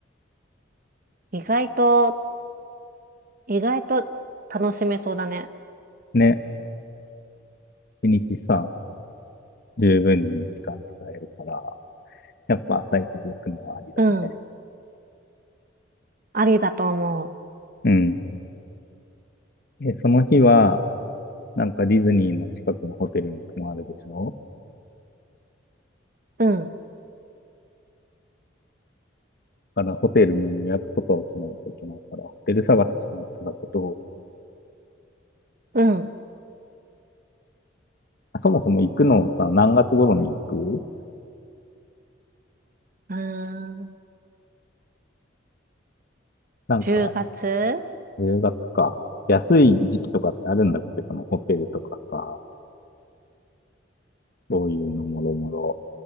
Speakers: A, on the right; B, on the left.
A: 意外と、意外と楽しめそうだね。
B: ね。一日さ、十分に時間使えるから、やっぱ朝一で行くのはありだね。
A: うん。ありだと思
B: うん。で、その日は、なんかディズニーの近くのホテルに泊まるでしょ
A: う。うん。
B: からホテルの予約とかをしないといけないから、ホテル探ししないとだけど、
A: うん。
B: そもそも行くのをさ、何月頃に行く
A: うーん。
B: なんか、
A: 10月
B: 10月か。安い時期とかってあるんだって、そのホテルとかさ、そういうのもろもろ。